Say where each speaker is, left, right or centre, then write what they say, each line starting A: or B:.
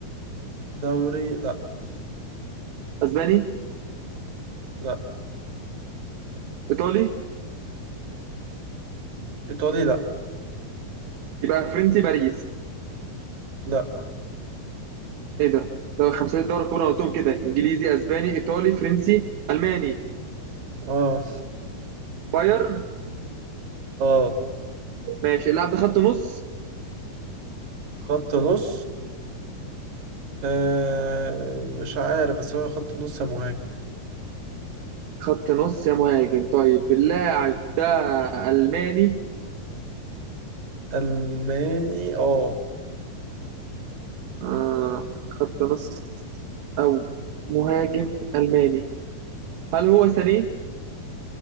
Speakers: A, on the right (about 55°); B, on the right (about 75°).
A: دوري لا
B: اسباني
A: لا
B: ايطالي
A: ايطالي لا
B: يبقى فرنسي باريس
A: لا
B: ايه ده ده خمسة الدوري الكبرى أنا قلتهم كده انجليزي اسباني ايطالي فرنسي الماني
A: اه
B: بايرن
A: اه
B: ماشي اللاعب ده خط نص
A: خط نص آه... مش عارف بس هو خط نص يا مهاجم
B: خط نص يا مهاجم طيب اللاعب ده ألماني
A: الماني اه
B: آه خط نص أو مهاجم ألماني هل هو ساني؟